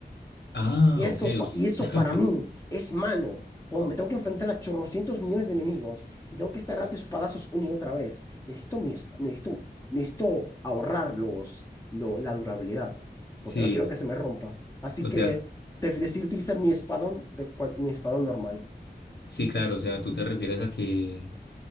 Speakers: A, on the left; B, on the left.
A: ah,
B: Y eso,
A: ok.
B: pa-
A: us-
B: y eso
A: <laughs>
B: para mí es malo. Cuando me tengo que enfrentar a chorrocientos millones de enemigos y tengo que estar dando espadazos una y otra vez, necesito, mi, es- necesito, necesito ahorrar los, lo- la durabilidad,
A: Sí,
B: porque no quiero que se me rompa. Así
A: o
B: que
A: sea,
B: te- decidí utilizar mi espadón, de cual- mi espadón normal.
A: sí, claro, o sea, tú te refieres a que